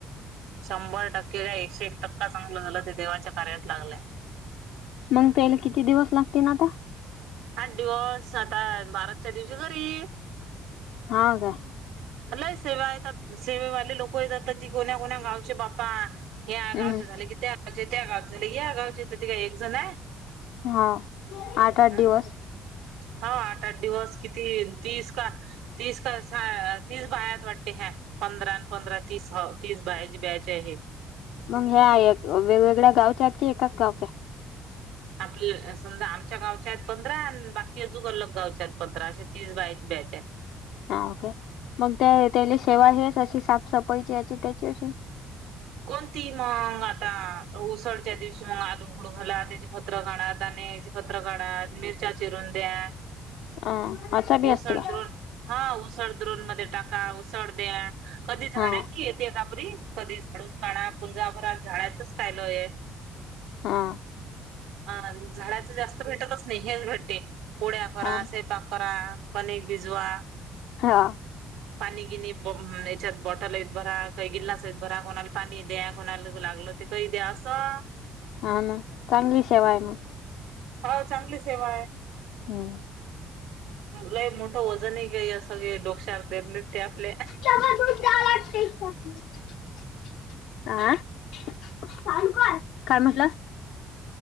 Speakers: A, on the right; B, on the left.
A: शंभर टक्के काय? एकशे - एक टक्का चांगलं झालं. ते देवाच्या कार्यात लागलंय.
B: मग त्याले, किती दिवस? लागतील आता.
A: आठ दिवस. आता बारासच्या दिवशी घरी.
B: हा काय
A: लय सेवायत. सेवेवाले लोक <unintelligible> ती कोण्या कोण्या गावचे बा्पा. ह्या
B: हम्म
A: गावचे झाले की त्या अच्छा, त्या गावचे झाली या गावचे. तिथ काय, एक जनय.
B: हा. आठ - आठ
A: हम्म
B: दिवस.
A: हा, आठ - आठ दिवस. किती? तीस का तीस का, सा तीस बायात वाटते, ह्या. पंधरा अन् पंधरा तीस. हो, तीस बायाची बॅचय ही.
B: मग ह्या एक... वेगवेगळ्या गावच्या हेत, की एकाच गावच्या ए?
A: आपली... समजा, आमच्या गावच्या हेत पंधरा नं बाकी केजू अंलग गावच्यात हेत पंधरा, अशा तीस बायाची ब्याच ए.
B: हा ओके. मग ते... त्याले शेवा हेस अशी, साफसफाईची याची त्याची... अशी
A: कोणती मग... आता उसळच्या दिवशी, मग आलू उघडू घाला, त्याच्या फ त्र काढा, दाण्यांची पत्र काढा, मिरच्या चिरून द्या
B: अं... असाबी
A: उसळ
B: असतं का?
A: द्रोण हा, उसळ द्रोण मध्ये टाका, उसळ द्या... कधी झाडाची
B: हा
A: येते काबरी कधी झाडून काढा... कुंजाभरात झाडाचंच <unintelligible>
B: हा
A: अं... झाडाचं जास्त भेटतच नई... हेच भेटते. पोड्या करा,
B: हा
A: सैपाक करा, कणिक भिजवा
B: हा.
A: पाणी गिनी... बॉ... याच्यात बॉटलेत भरा... काई गिल्लास <unintelligible> भरा... कोणाला पाणी द्या, कोणाला लागलं, ते कही द्या... असं
B: हा ना... चांगली शेवा ये मग.
A: हाव... चांगली सेवा ए.
B: हू.
A: लई मोठं वजन ए गं... या सगळ्या डोकशात... देत नइत ते आपल्या
B: <unintelligible> आ... काय म्हटला?